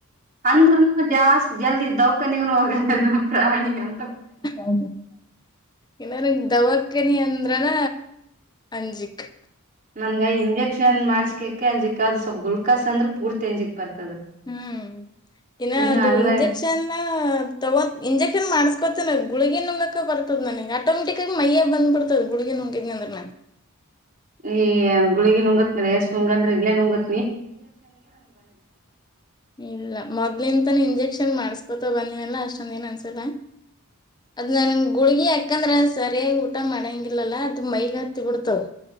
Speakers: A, on the right; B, on the left.
A: ಅಂದ್ರೂನು ಜಾಸ್ತಿ ಜಲ್ದಿ ದೌಕ್ನೀಗು ಹೋಗಲ್ಲ ರಿ ನಮ್ಮ್ ಪ್ರಾಣಿ ಅಂತ್
B: ಹ ಇನ್ನರ ದವಾಕ್ಕನೀ ಅಂದ್ರನ ಅಂಜಿಕ್.
A: ನನ್ಗ ಇಂಜೆಕ್ಷನ್ ಮಾಡ್ಸ್ಕಕ ಅಂಜಿಕ್ಕ ಅದು ಸ್ವಲ್ ಗುಲ್ಕ್ಲಾಸ್ ಅಂದ್ರೆ ಪೂರ್ತಿ ಅಂಜಿಕ್ ಬರ್ತದ
B: ಹ್ಮ್ ಇನ್ನ
A: ಹ್ಮ್
B: ಅದು
A: ಅಲ್ಲ
B: ಇಂಜೆಕ್ಷನ್ ತಗೋ ಇಂಜೆಕ್ಷನ್ ಮಾಡಸ್ಕೊತೇನ. ಗುಳ್ಗಿ ನುಂಗಕ ಬರ್ತದ್ ನನ್ಗ ಆಟೋಮೆಟಿಕಾಗಿ ಮೈಯಗ್ ಬಂದ್ಬರ್ತದ ಗುಳ್ಗಿ ನುಂಗಿದ್ನ ಅಂದ್ರ ನಾನ್.
A: ಏ ಗುಳ್ಗಿ ನುಂಗುತ್ರ ಎಸ್ ನಂಗಂದ್ರೆ ಏನ್ ನುಂಗತ್.
B: ಇಲ್ಲ ಮೊದ್ಲಿಂದ್. ಇಂಜೆಕ್ಷನ್ ಮಾಡ್ಸ್ಕೊತ ಬಂದಿನಲ್ಲ ಅಷ್ಟೊಂದ ದಿನ ಅನ್ಸಲ ಅದ್ ನನ್ ಗುಳ್ಗಿ ಹಾಕಂದ್ರ ಸರಿಯಾಗಿ ಊಟ ಮಾಡಂಗಿಲ್ಲಲ್ಲ ಅದ್ ಮೈಗ ಹತ್ತಿ ಬಿಡ್ತಾದ್.